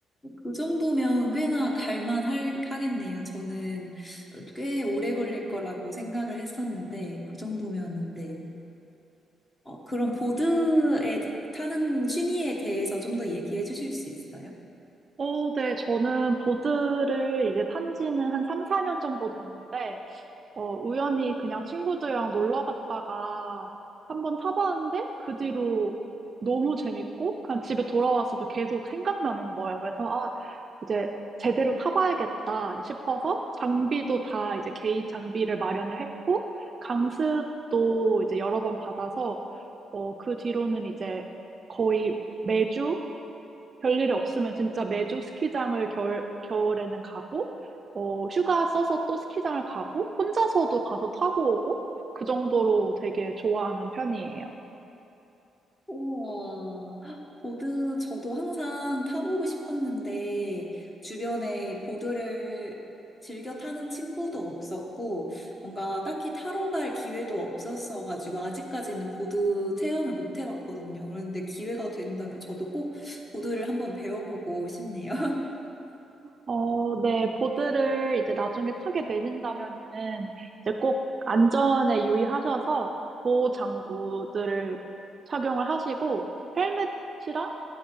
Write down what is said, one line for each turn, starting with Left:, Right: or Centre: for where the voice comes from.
Left: 그 정도면 꽤나 갈만 할, 하겠네요. 저는 꽤 오래 걸릴 거라고 생각을 했었는데, 그 정도면은, 네. 어, 그럼 보드에, 대- 타는 취미에 대해서 좀 더 얘기해 주실 수 있어요?
Right: 어, 네, 저는 보드를 이제 탄 지는 한 3, 4년 정도 됐는데 어, 우연히 그냥 친구들이랑 놀러 갔다가 한번 타봤는데 그 뒤로 너무 재밌고 그냥 집에 돌아와서도 계속 생각나는 거예요. 그래서 아, 이제 제대로 타봐야겠다 싶어서 장비도 다 이제 개인 장비를 마련을 했고 강습도 이제 여러 번 받아서 어, 그 뒤로는 이제 거의 매주 별일이 없으면 진짜 매주 스키장을 겨울, 겨울에는 가고, 어, 휴가 써서 또 스키장을 가고, 혼자서도 가서 타고 오고, 그 정도로 되게 좋아하는 편이에요.
Left: 우와, 보드 저도 항상 타보고 싶었는데 주변에 보드를 즐겨 타는 친구도 없었고 뭔가 딱히 타러 갈 기회도 없었어가지고 아직까지는 보드 체험을 못 해봤거든요. 그런데 기회가 된다면 저도 꼭 보드를 한번 배워보고 싶네요.
Right: 어, 네, 보드를 이제 나중에 타게 되신다면은, 이제 꼭 안전에 유의하셔서 보호 장구들을 착용을 하시고, 헬멧 이랑